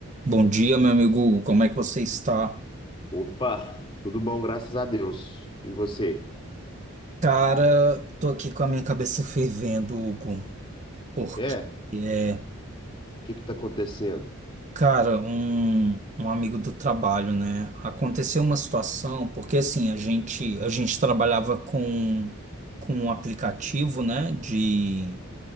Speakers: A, on the right; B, on the left.
A: Bom dia, meu amigo Hugo. Como é que você está?
B: Opa, tudo bom, graças a Deus. E você?
A: Cara, tô aqui com a minha cabeça fervendo, Hugo, porque
B: É? O
A: é,
B: que que tá acontecendo?
A: cara, um, um amigo do trabalho, né? Aconteceu uma situação, porque assim, a gente a gente trabalhava com com um aplicativo, né, de